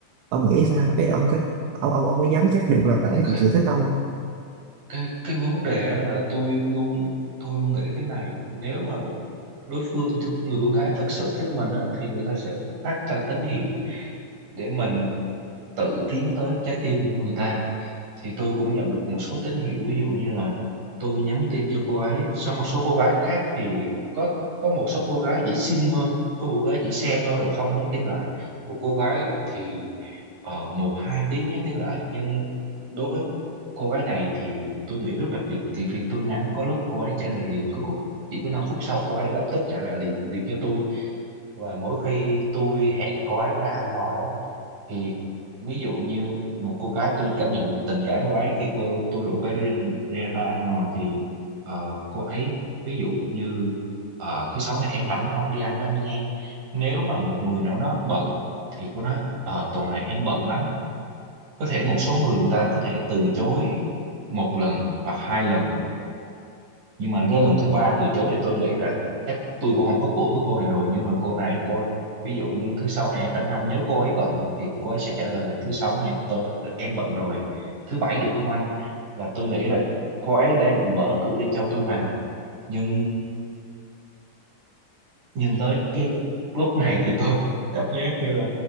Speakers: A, on the right (about 75°); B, on the right (about 40°).
A: ông nghĩ sao ấy là ông có ông ông ông có dám chắc được là bà ấy
B: cái
A: thật sự thích ông không
B: cái cái vấn đề á là tôi luôn tôi luôn nghĩ thế này nếu mà đối phương th- người con gái thật sự thích mình á thì người ta sẽ phát ra tín hiệu để mình tự tiến tới trái tim của người ta thì tôi cũng nhận được một số tín hiệu ví dụ như là tôi nhắn tin cho cô ấy sau một số cô gái khác thì có có một số cô gái chỉ xin thôi có một cô gái chỉ xem thôi rồi không nhắn tin lại một cô gái thì ờ, một hai tiếng nhắn tin lại nhưng đối với cô gái này thì tôi nghĩ rất đặc biệt thì khi tôi nhắn có lúc cô ấy trả lời liền có lúc chỉ có 5 phút sau cô ấy lập tức trả lời liền liền cho tôi và mỗi khi tôi hẹn cô ấy ra ăn ngoài á thì ví dụ như một cô gái tôi cảm nhận được tình cảm của cô ấy khi cô tôi rủ cô ấy đi ra, ra ăn ngoài thì ờ, cô ấy ví dụ như ờ, thứ sáu này em rảnh không đi ăn với anh nha nếu mà một người nào đó bận thì cô nói "Ờ, tuần này em bận lắm có thể một số người người ta có thể từ chối một lần hoặc hai lần nhưng mà đến lần thứ ba từ chối thì tôi nghĩ là chắc tôi cũng không có cửa với cô này rồi nhưng mà cô này cô ví dụ như thứ sáu này em rảnh không nếu cô ấy bận thì cô ấy sẽ trả lời là thứ sáu này tôi em bận rồi thứ bảy được không anh là tôi nghĩ là cô ấy đang mở cửa để cho tôi vào nhưng nhưng tới cái lúc này thì tôi cảm giác như là